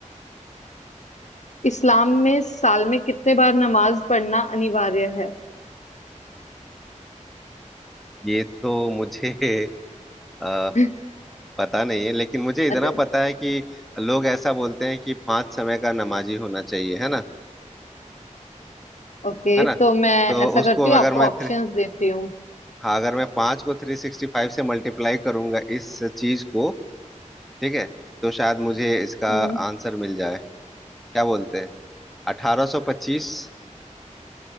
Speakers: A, on the left; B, in the centre.
A: इस्लाम में साल में कितने बार नमाज पढ़ना अनिवार्य है
B: ये तो मुझे <laughs> अ,
A: <laughs>
B: पता नहीं है लेकिन मुझे इतना
A: अच्छा
B: पता है कि लोग ऐसा बोलते हैं कि पांच समय का नमाजी होना चाहिए है ना
A: ओके
B: है ना
A: तो मैं
B: तो
A: ऐसा
B: उसको
A: करती हूँ
B: अगर
A: आपको
B: मैं
A: ऑप्शंस
B: थ्री
A: देती हूँ
B: हाँ अगर मैं पांच को थ्री सिक्सटी फाइव से मल्टीप्लाई करूंगा इस चीज को ठीक है तो शायद मुझे इसका
A: हम्म
B: आंसर मिल जाए क्या बोलते हैं अठारह सौ पच्चीस